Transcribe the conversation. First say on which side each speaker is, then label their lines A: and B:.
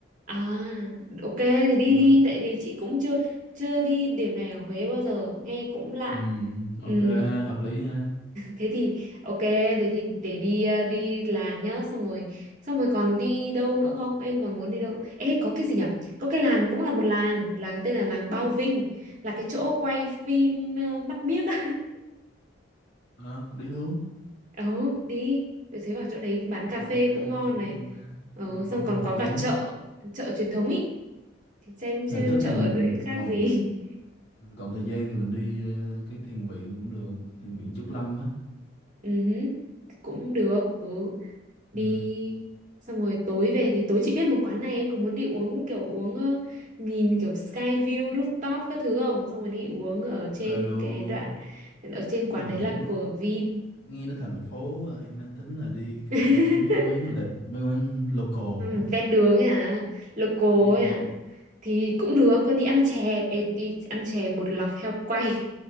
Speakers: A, on the right (about 40°); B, on the left (about 55°).
A: À, ok thì đi
B: Ờ.
A: đi tại vì chị cũng chưa chưa đi điểm này ở Huế bao giờ, nghe cũng lạ.
B: ừ,
A: Ừm,
B: ok ha hợp lý ha
A: thế thì ok, thế thì để đi ờ, đi làng nhá, xong rồi xong rồi còn đi đâu nữa không? Em còn muốn đi đâu nữa? Ê có cái gì nhở? Có cái làng cũng là một làng, làng tên là làng Bao Vinh, là cái chỗ quay phim ờ, Mắt Biếc á.
B: Ờ,
A: <laughs>
B: đi luôn
A: Ừ, đi. Rồi Thế vào chỗ đấy bán
B: đi
A: cà
B: luôn
A: phê
B: nè
A: cũng ngon
B: chốt
A: này.
B: luôn nè
A: Ừ,
B: ừ,
A: xong còn
B: hợp
A: có
B: lý
A: cả chợ, chợ truyền thống ý. thì xem xem
B: Nếu
A: em
B: thích
A: chợ
B: thì mình
A: đấy khác
B: còn
A: gì <laughs>
B: mình còn thời gian thì mình đi ờ, cái thiền viện cũng được thiền viện Trúc Lâm á
A: ừ hứ, thì cũng được ừ đi
B: ừ,
A: xong rồi tối về thì tối chị biết một quán này em có muốn đi uống kiểu uống ờ, nhìn kiểu sky view rooftop các thứ không xong rồi đi uống ở
B: ok
A: trên
B: luôn
A: cái đoạn ở trên quán
B: với bạn
A: đấy
B: nghe
A: là
B: nó
A: của Vin
B: nghe nó thành phố à, em đang tính là đi kiểu
A: <laughs>
B: kiếm mấy quán lệnh mấy quán local
A: Ừ,
B: á
A: ven đường ấy à local
B: Ừ,
A: ấy à thì cũng được có đi ăn chè Ê, đi ăn chè bột lọc heo quay